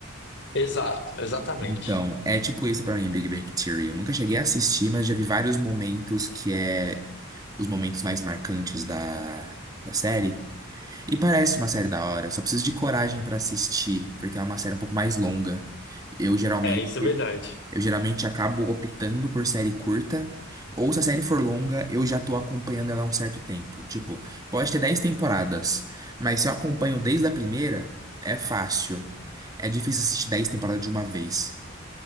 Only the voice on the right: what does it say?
Então, é tipo isso pra mim, Big Bang Theory. Eu nunca cheguei a assistir, mas já vi vários momentos que é os momentos mais marcantes da, da série. E parece uma série da hora, só preciso de coragem pra assistir, porque é uma série um pouco mais longa. Eu geralmente,
eu geralmente acabo optando por série curta, ou se a série for longa, eu já tô acompanhando ela há um certo tempo. Tipo, pode ter 10 temporadas, mas se eu acompanho desde a primeira, é fácil. É difícil assistir 10 temporadas de uma vez,